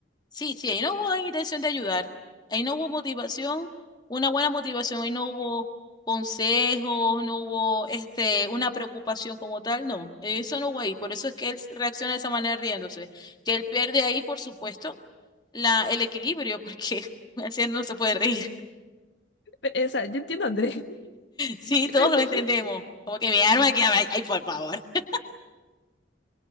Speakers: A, on the left (about 25°); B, on the left (about 70°).
A: Sí, sí, ahí no hubo intención de ayudar. Ahí no hubo motivación, una buena motivación. Ahí no hubo consejos, no hubo este, una preocupación como tal. No, eso no hubo ahí. Por eso es que él reacciona de esa manera riéndose. Que él pierde ahí, por supuesto, la, el equilibrio, porque <laughs> un anciano no se puede reír.
B: Pero, eh, o sea, yo entiendo a Andrés, <laughs>
A: Sí,
B: yo
A: todos
B: también
A: lo
B: <laughs> me
A: entendemos. Como que mi arma que ay, ay, por favor. <laughs>